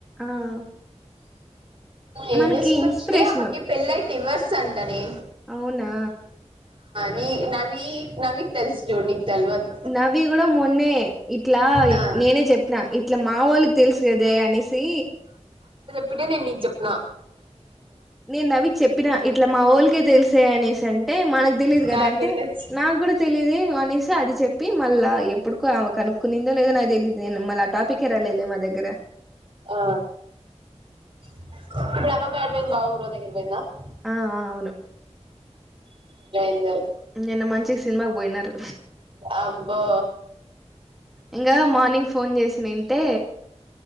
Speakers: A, in the centre; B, on the right.
A: ఆ
B: ఏం
A: మనకి
B: చేస్తున్నవ్
A: ఇన్స్పిరేషన్
B: ఏ ఆమకి పెళ్లై డివర్స్ సంటనే
A: అవునా
B: నీ నవీ నవీకి తెల్సు చూడు తెల్వదు
A: నవీ గుడా మొన్నే ఇట్లా
B: ఆ
A: నేనే చెప్పిన ఇట్ల మా వోళ్ళకి తెల్సు కదే అనేసి
B: ఇప్పుడే నేన్ నీక్ చెప్
A: నేన్ నవీక్ చెప్పినా ఇట్లా మా ఒళ్ళకే తెల్స్ అనేస్ అంటే మనక్ తెలీద్ కదా
B: నాకు
A: అంటే
B: కూడా తెలుసు
A: నాక్ గూడా తెలిదే అనేసి అది చెప్పి మళ్ళా ఎప్పుడుకో ఆమ కనుక్కుందో లేదో నాక్ తెలీదు మళ్ళ టాపికే రాలేదు లే మా దగ్గర
B: ఆ <unintelligible>
A: ఆ ఆ అవును
B: <inaudible>
A: నిన్న మంచి సినిమాకి పోయినారు
B: అబ్బో
A: ఇంగా మార్నింగ్ ఫోన్ చేసిన ఇంటే